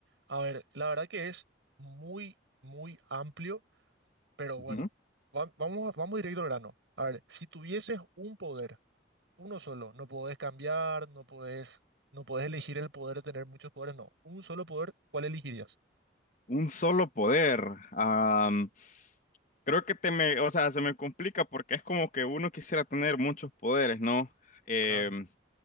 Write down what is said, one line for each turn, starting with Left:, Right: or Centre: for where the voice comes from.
Right: A ver, la verdad que es muy, muy amplio, pero bueno,
Left: Ujú.
Right: va- vamos, a- vamos directo al grano. A ver, si tuvieses un poder, uno solo, no podés cambiar, no podés, no podés elegir el poder de tener muchos poderes, no. Un solo poder, ¿cuál elegirías?
Left: Un solo poder. Am, creo que te me, o sea, se me complica porque es como que uno quisiera tener muchos poderes, ¿no? Em,
Right: Claro.